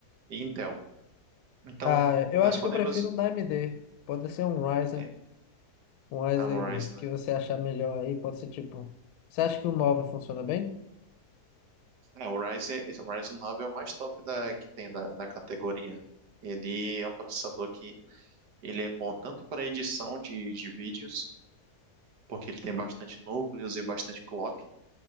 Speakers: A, on the right; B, on the left.
A: e Intel. Então,
B: Ah, eu
A: nós
B: acho
A: podemos.
B: que eu prefiro um da AMD. Pode ser um Ryzen.
A: É,
B: Um Ryzen
A: Amorize, né?
B: que você achar melhor aí. Pode ser tipo. Você acha que o 9 funciona bem?
A: É, o Ryzen, o Ryzen 9 é o mais top da, que tem da, da categoria. Ele é um processador que ele é bom tanto para edição de, de vídeos, porque ele tem bastante núcleos e bastante clock,